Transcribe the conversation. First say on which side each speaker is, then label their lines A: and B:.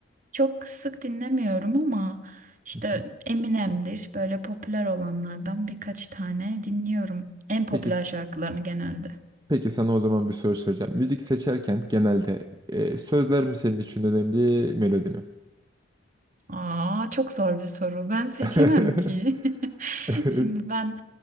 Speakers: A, on the right; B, on the right.
A: Çok sık dinlemiyorum ama işte
B: Hı hı.
A: Eminem'dir böyle popüler olanlardan birkaç tane dinliyorum. En popüler
B: Peki
A: şarkılarını genelde.
B: Peki sana o zaman bir soru soracağım. Müzik seçerken genelde e, sözler mi senin için önemli, melodi mi?
A: Aa çok zor bir soru. Ben seçemem
B: <laughs>
A: ki.
B: Evet.
A: <laughs> Şimdi ben